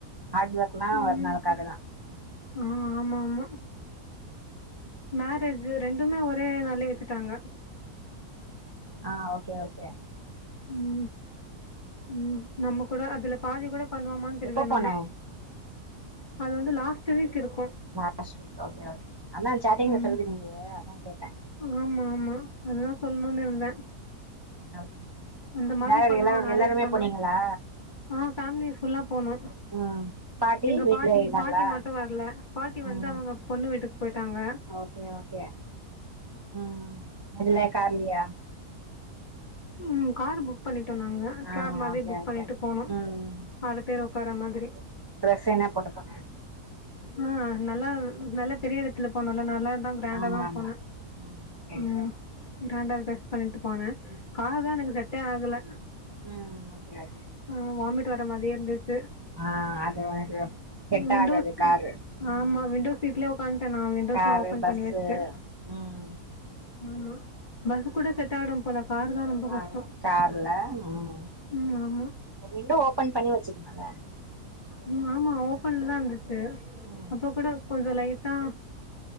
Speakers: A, on the right; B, on the left.
A: ஹார்ட் ஒர்க் எல்லா
B: ம்
A: ஒரு நாளுக்காகதா
B: ஆ ஆமா ஆமா மேரேஜு ரெண்டுமே ஒரே நாள்ளே வச்சுட்டாங்க
A: ஆ ஓகே ஓகே
B: ம் ம் நம்ம கூட அதுல பாதி கூட பண்ணுவமான்னு தெரியில
A: எப்போ போன
B: நம்ம அது வந்து லாஸ்ட் வீக் இருக்கூ
A: லாஸ்ட் வீக் ஓகே ஒகே அதா சாட்டிங்ல
B: ம்
A: சொல்லீருக்கீங்களே அதா கேட்டேன்
B: ஆமா ஆமா அதா சொல்ணுன்னு இருந்தே
A: ஓகே
B: அந்த மாரி
A: வேற யாரு
B: பண்ணணு
A: எல்லாரு
B: மேரேஜ்
A: எல்லாருமே
B: பண்ணா
A: போனீங்களா
B: ஆ ஃபேமிலி ஃபுல்லா போனோ
A: ம்
B: எங்க
A: வீட்ல
B: பாட்டி
A: இருந்தாங்களா
B: பாட்டி மட்டு வர்ல பாட்டி வந்து
A: ம்
B: அவுங்க பொண்ணு வீட்டுக்கு போய்ட்டாங்க
A: ஓகே ஓகே ம் எதுல கார்லயா
B: ம் காரு புக் பண்ணிட்டோ நாங்க
A: ஆ
B: கேப் மாதிரி
A: ஓகே
B: புக்
A: ஓகே
B: பண்ணிட்டு போனோ
A: ம்
B: ஆறு பேர் உக்கார மாரி
A: ட்ரெஸ் என்ன போட்டு போன
B: ஆ நல்லா நல்ல பெரிய எடத்துல போனோல நல்லா தா கிரேண்டா
A: ஆமா
B: தா
A: ஆமா
B: போனே
A: ம் சரி
B: ம்
A: சரி
B: கிராண்டா டிரஸ் பண்ணிட்டு போனே
A: ம்
B: கார் தா
A: சரி
B: எனக்கு செட்டே
A: ஓகே
B: ஆகல
A: ம் ஓகே ஓகே
B: ஆ வாமிட் வர மாதிரியே இருந்துச்
A: ஆ அது ஒனக்கு செட்ட
B: விண்டோஸ்
A: ஆகாது காரு ம்
B: ஆமா விண்டோஸ் சீட்லயே உக்காண்டே நானு விண்டோஸ்லா
A: காரு
B: ஓபன்
A: பஸ்ஸு
B: பண்ணி வச்ட்டே
A: ம்
B: ஆமா பஸ் கூட செட் ஆயிடும் போல காரு தா ரொம்ப கஷ்டொ
A: ஆ கார்ல ம்
B: ம் ஆமா
A: விண்டோ ஓபன் பண்ணி வச்சுக்குலால
B: ம் ஆமா ஓபன்ல தா இருந்துச்சு
A: ம்
B: அப்ப கூட கொஞ்சோ லைட்டா